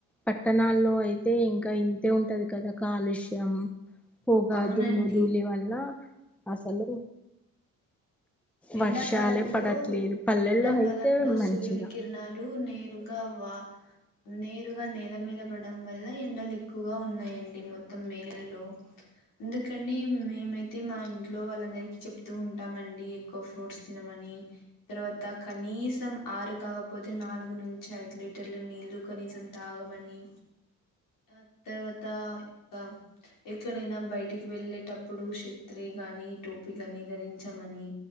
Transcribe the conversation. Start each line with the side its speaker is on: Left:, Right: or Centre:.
Centre: పట్టణాల్లో అయితే ఇంకా ఇంతే ఉంటది కదా కాలుష్యం పొగా
Left: అవునండి
Centre: దుమ్ము దూలి వల్ల అసలు
Left: ఆ ఎండాకాలంలో
Centre: వర్షాలే పడట్లేదు పల్లెల్లో
Left: ఎండాకాలంలో
Centre: అయితే
Left: సూర్యుని
Centre: మంచిగా
Left: కిరణాలు నేరుగా వా నేరుగా నేల మీద పడడం వల్ల ఎండలు ఎక్కువగా ఉన్నాయండి మొత్తం మే నెలలో ఎందుకండి మేమైతే మా ఇంట్లో వాళ్ళందరికి చెప్తూ ఉంటాము అండి ఎక్కువ ఫ్రూట్స్ తినమని తర్వాత కనీసం ఆరు కాకపోతే నాలుగు నుంచి ఐదు లీట టర్ల నీల్లు కనీసం తాగమని ఆ తర్వాత ఇకా ఎక్కడైనా బయటికి వెళ్ళేటప్పుడు షత్రి గానీ టోపీగాని ధరించమని